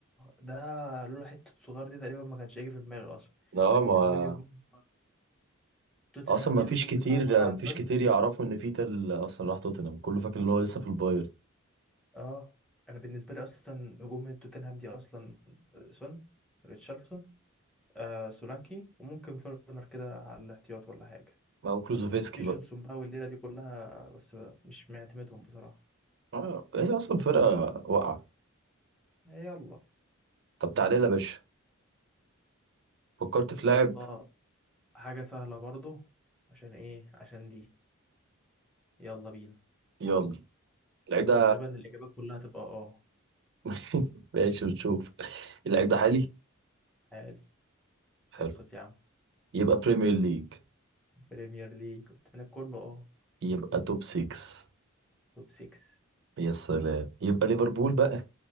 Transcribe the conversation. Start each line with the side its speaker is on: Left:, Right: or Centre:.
Centre: ده لولا حته صغير دي تقريبا ما كانش هيجي في دماغي اصلا
Right: لا
Centre: انا بالنسبه
Right: ما
Centre: لي هجوم توتنهام
Right: اصلا ما
Centre: دي الهجوم
Right: فيش كتير
Centre: بتاعها عباره عن
Right: ما فيش
Centre: سون
Right: كتير يعرفوا ان فيتا ال- اصلا راح توتنهام كله فاكر ان هو لسه في البايرن
Centre: اه انا بالنسبه لي اصلا هجوم توتنهام دي اصلا سون ريتشارلسون آه سولانكي وممكن فيرنر كده على الاحتياط ولا حاجه
Right: ما هو كلوزوفسكي
Centre: في جونسون
Right: بقى
Centre: بقى والليله دي كلها بس مش معتمدهم بصراحه
Right: اه هي اصلا فرقه واقعه
Centre: يلا
Right: طب تعالى يا باشا فكرت في
Centre: يلا
Right: لاعب
Centre: حاجه سهله برضو عشان ايه عشان دي يلا بينا
Right: يلا اللعيب ده
Centre: انت غالبا الاجابات كلها تبقى اه
Right: <laughs> ماشي ونشوف اللعيب ده حالي
Centre: عادي
Right: حلو
Centre: ابسط يا عم
Right: يبقى بريمير ليج
Centre: بريمير ليج قلت لك كله اه
Right: يبقى توب 6
Centre: توب 6
Right: يا سلام يبقى ليفربول بقى